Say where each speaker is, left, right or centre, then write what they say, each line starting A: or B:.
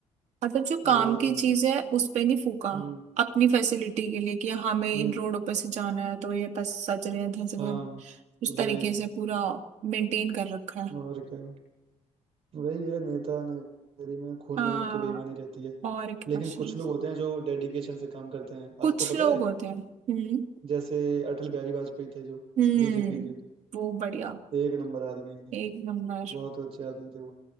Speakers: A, on the right; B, on the right.
A: मतलब जो
B: वही
A: काम की
B: तो
A: चीज है उस पे नहीं फूका
B: हम्म
A: अपनी फैसिलिटी के लिए कि हाँ, हमें इन
B: हम्म
A: रोडों पे से जाना है तो ये बस सज रहे हैं धज रहे
B: हाँ
A: हैं उस
B: वही
A: तरीके से पूरा मेंटेन कर रखा है
B: और क्या वही है नेता नगरी में खून
A: हाँ
B: में ही उनकी बेईमानी रहती है
A: और क्या
B: लेकिन
A: शुरू
B: कुछ लोग
A: से
B: होते हैं जो डेडिकेशन से काम करते हैं
A: कुछ
B: आपको पता
A: लोग
B: है
A: होते हैं हम्म
B: जैसे अटल बिहारी वाजपेयी थे जो
A: हम्म
B: बीजेपी के
A: वो बढ़िया
B: एक नंबर आदमी
A: एक नंबर
B: बहुत अच्छे आदमी थे वो